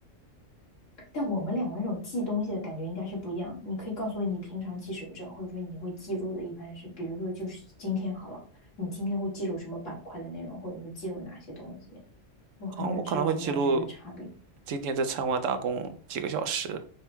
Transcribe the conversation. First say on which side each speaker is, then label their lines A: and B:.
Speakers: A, on the left; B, on the right.
A: 但我们俩那种记东西的感觉应该是不一样。你可以告诉我你平常记手账，或者说你会记录的一般是，比如说就是今天好了，你今天会记录什么板块的内容，或者说记录哪些东西。我很想知道我们俩之间的差别。
B: 啊，我可能会记录今天在餐馆打工几个小时，